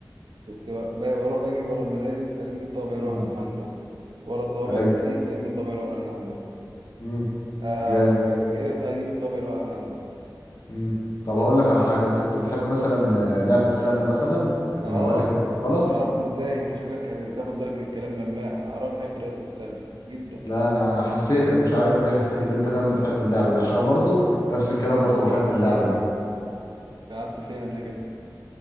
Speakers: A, on the right (about 80°); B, on the left (about 55°).
A: كنت ب- بروح بجري ورا المدارس ألم الطابع
B: امم
A: الورقة من عندهم ورا الطوابع
B: ايوه
A: البريد ألم الطابع الورقة من عندهم
B: امم
A: آ-
B: جامد
A: آ- إيه، أجيب الطابع الورقة من عندهم
B: امم طب هقول لك على حاجه انت كنت بتحب مثلا آه، لعبه السله مثلا كانت
A: آه
B: من هواياتك المفضله
A: أنت عرفت إزاي أنت شكلك بتاخد بالك من الكلام لماح أنا عارف بحب رياضة السلة جدا
B: لا انا حسيتك مش عارف ليه حسيتك اللي انت فاهم بتحب اللعبه دي عشان أنا برضو نفس الكلام برضو بحب اللعبه دي
A: لعبت فين قبل كده